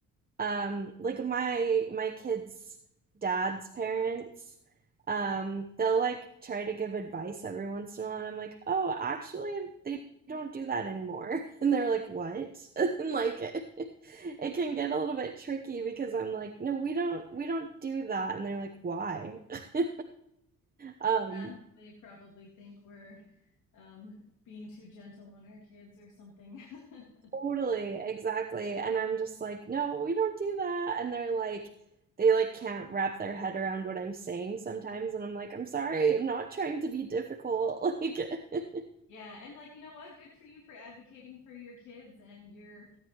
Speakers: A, on the right; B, on the left.
A: um, like my my kids' dad's parents, um, they'll like try to give advice every once in a while, and I'm like, oh, actually, they don't do that anymore. <laughs> And they're like, what? <laughs> And like, it, it can get a little bit tricky because I'm like, no, we don't we don't do that, and they're like, why? <laughs> Um,
B: Yeah, they probably think we're um, being too gentle on our kids or something. <laughs>
A: Totally, exactly. And I'm just like, no, we don't do that. And they're like, they like can't wrap their head around what I'm saying sometimes. And I'm like, I'm sorry, I'm not trying to be difficult. <laughs> Like,
B: Yeah, and like you know what? Good for you for advocating for your kids and your